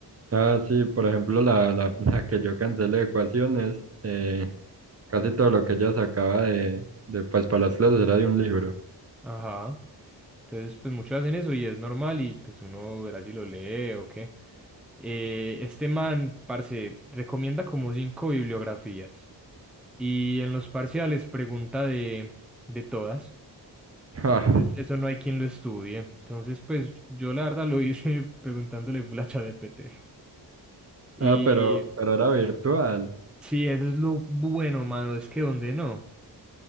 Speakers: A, on the right; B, in the centre.
A: ah, sí, por ejemplo, la, la, <laughs> la que yo cancelé de ecuaciones, eh, casi todo lo que ella sacaba de, de, pues, para las clases era de un libro.
B: Ajá. Entonces, pues muchos hacen eso y es normal y pues uno verá si lo lee o qué. Eh, este man, parce, recomienda como cinco bibliografías y en los parciales pregunta de, de todas.
A: <laughs> Ah,
B: Entonces, eso no hay quien lo estudie. Entonces, pues yo la verdad lo hice <laughs> preguntándole full a ChatGPT. Y
A: ah, pero, pero era virtual.
B: Sí, eso es lo bueno, mano. Es que donde no.